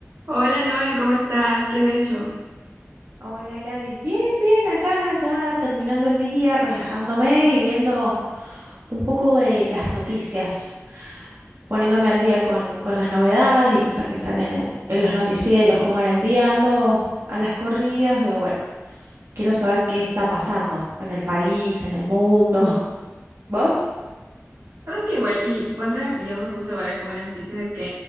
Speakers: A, on the right; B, on the right.
A: Hola Noé, ¿cómo estás? ¿Qué has hecho?
B: Hola Gladys, bien, bien, acá ya terminando el día, relajándome y viendo un poco de las noticias, poniéndome al día con, con las novedades y cosas que salen en, en los noticieros, como en el día ando a las corridas, digo, bueno, quiero saber qué está pasando en el país, en el mundo. <laughs> ¿Vos?
A: Sabes que igual, y ponte, yo me puse ahora con una noticia de que